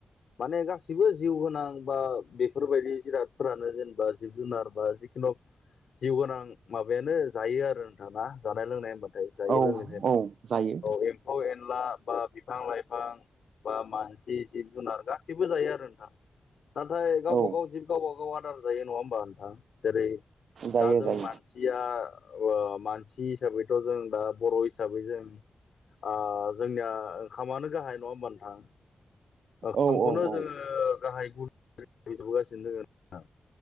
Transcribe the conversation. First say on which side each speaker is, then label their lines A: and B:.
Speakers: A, on the left (about 80°); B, on the right (about 80°).
A: माने गासिबो जिउ गोनां बा बेफोरबायदि जिरादफोरानो जेनेबा जिब जुनार बा जिउ गोनां माबायानो जायो आरो नोंथा ना जानाय लोंनाय होमबाथाय। जायो
B: औ
A: लोङो जेनेबा
B: औ जायो
A: औ एम्फौ एनला बा बिफां लाइफां बा मानसि जिब जुनार गासिबो जायो आरो नोंथां। नाथाय गावबा
B: औ
A: गाव जिब गावबा गाव आदार जायो नङा होमबा नोंथां जेरै
B: जायो
A: दा जों
B: जायो
A: मानसि या ओ मानसि हिसाबैथ' जों दा बर' हिसाबै जों ओ जोंनिया ओंखामानो गाहाय नङा होमबा नोंथां। ओखामखौनो
B: औ औ औ
A: जोङो गाहाय गुदि हिसाबै जाबोगासिनो नोंथां।